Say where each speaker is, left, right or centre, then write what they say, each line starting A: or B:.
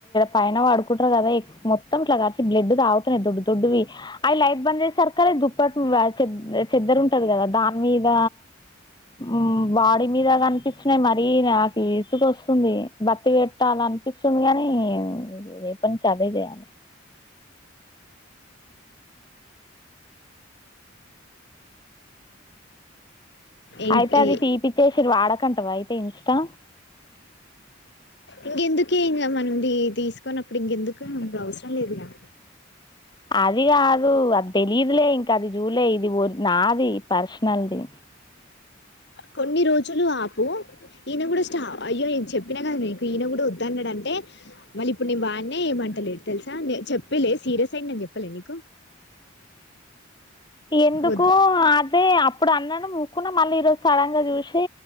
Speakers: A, on the left; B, on the left.
A: పైన పడుకుంటారు కదా మొత్తం ఇట్లా కలిసి బ్లడ్ తాగుతున్నాయి దొడ్ వి అవి లైట్ బంద్ చేసారు కదా దుప్పటి చె చెద్దరు ఉంటది కదా దాని మీద ఉమ్ బాడి మీద గని అనిపిస్తున్నాయి మరీ నాకు విసుగు వస్తుంది బతి పెట్టాల అనిపిస్తుంది కాని ఏ రేపటి నుంచి అదే చేయాలే
B: ఇంకే
A: అయితే అది తీపిచ్చేసిర్రు వాడకంటావా అయితే ఇంస్టా
B: ఇంకెందుకే ఇంకా మనం తీసుకున్నప్పుడు ఇంకెందుకు ఇంగ అవసరం లేదు గా
A: అది కాదు అది తెలీదులే ఇంకా అది చూళ్ళే ఇది నాది పర్సనల్ది
B: కొన్ని రోజులు ఆపు ఈయన కూడా స్టా అయ్యో నేను చెప్పినా కదా నీకు ఈయన కూడా వద్దన్నాడంటే మళ్ళీ ఇప్పుడు నేను వాడిన ఏమంటలేడు తెలుసా చెప్పలే సీరియస్ అయ్యిండు అని చెప్పలే నీకు
A: ఎందుకు
B: వద్దు
A: అదే అప్పుడు అన్నాను ఊకున్నా మళ్ళీ ఈరోజు సడన్ గా చూసి